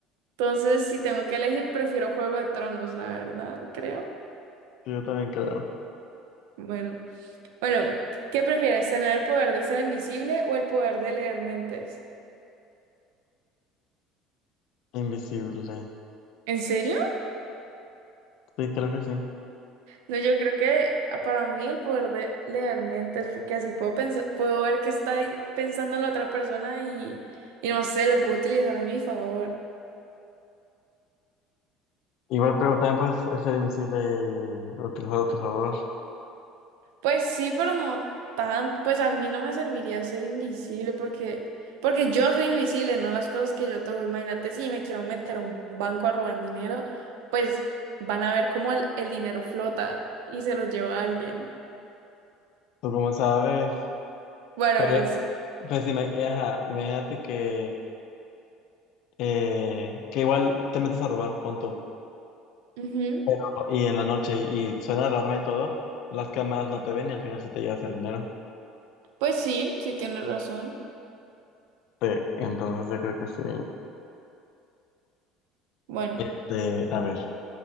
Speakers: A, on the right; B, on the left.
A: Entonces, si tengo que elegir, prefiero Juego de Tronos, la verdad, creo.
B: sí, yo también creo.
A: Bueno, bueno, ¿qué prefieres? ¿Tener el poder de ser invisible o el poder de leer mentes?
B: Invisible.
A: ¿En serio?
B: Sí, creo que sí.
A: No, yo creo que ah, para mí el poder de leer mentes, porque así puedo pensar, puedo ver qué está ahí pensando la otra persona y, y no sé, lo puedo utilizar a mi favor.
B: Igual, pero también puedes ser invisible y utilizarlo a tu favor.
A: Pues sí, pero no tan, pues a mí no me serviría ser invisible porque, porque yo soy invisible, no las cosas que yo toco. Imagínate si me quiero meter a un banco a robar dinero, pues van a ver cómo el, el dinero flota y se lo lleva a alguien.
B: Tú como sabes.
A: Bueno,
B: Pero,
A: pues sí.
B: pues, ima- ajá, imagínate que, eh, que igual te metes a robar, pon tú.
A: Ujú.
B: Pero, y en la noche, y suena la alarma y todo, las cámaras no te ven y al final sí te llevas el dinero.
A: Pues sí, sí tienes razón.
B: Sí, entonces yo creo que sí.
A: Bueno,
B: Este, a ver,